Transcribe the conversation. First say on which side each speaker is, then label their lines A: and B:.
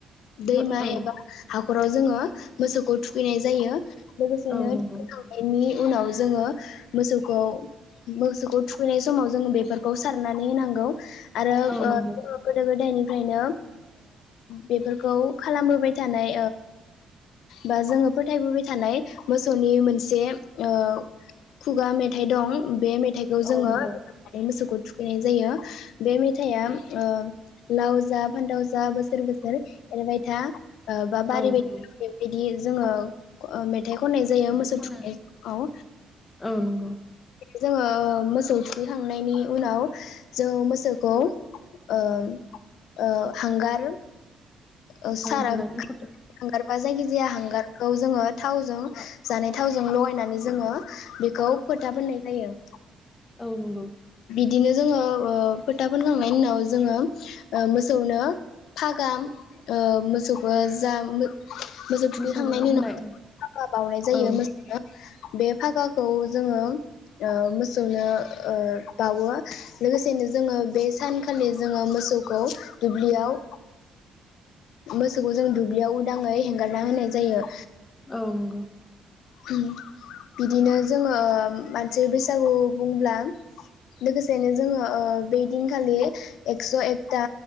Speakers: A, on the left (about 80°); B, on the left (about 25°).
A: दैमा
B: औ
A: एबा हाख ख'राव जोङो मोसौखौ थुख खैनाय जायो लोगोसेनो
B: औ नंगौ
A: थुखैखांनायनि उनाव जोङो मोसौखौ मोसौखौ थुखैनाय समाव जोंङो बेफोरखौ सारनानै होनांगौ आरो
B: औ
A: जोङो
B: नंगौ
A: गोदो गोदायनि फ्रायनो बेफोरखौ खालामबोबाय ओ थानाय बा जोङो फोथायबोबाय थानाय मोसौनि मोनसे ओ खुगा मेथाइ दं बे मेथ थाइखौ
B: औ
A: जोङो
B: नंगौ
A: रोजाबनानै मोसौखौ थुखैनाय जायो बे मेथाइआ ओ लाव जा फान्थाव जा बोसोर बोसोर एरबाय था बाबारै
B: औ
A: बायदि
B: नंगौ
A: बेबायदि जोङो ओ मेथ मेथाइ खननाय जायो
B: ओमफ्राय
A: मोसौ
B: खनो
A: थुखैनाआव।
B: औ नंगौ
A: जोङो मोसौ थुखैखांनायनि उनाव जों मोसौखौ ओ-ओ हांगार। ओ साराम
B: हांगारनि
A: हांगारबा
B: फथा
A: जायखिजाया हांगार। खौ जोङो थावजों जानाय थावजों लगायनानै जोङो बेखौ फोथा फोननाय जायो।
B: औ नंगौ।
A: बिदिनो जोङो ओ फोथा फोनखांनायनि उनाव जोङो मोसौनो फागाम। ओ मोसौखौ जा मो। मोसौ थुखैखांनायनि
B: मोसौनो होनाय
A: उनाव हाबा बावनाय
B: औ
A: जायो मोसौनो। बे फागाखौ जोङो ओ मोसौनो ओ बावो लोगोसेनो जोङो बे सानखालि जोङो मोसौखौ दुब्लियाव। मोसौखौ जों दुब्लियाव। उदाङै हेंगारना होनाय जायो।
B: औ नंगौ।
A: उम। बिदिनो जोंङो। मानसि बैसागु बुंब्ला लोगोसेनो जोङो ओ बै दिनखालि एक्स एकथा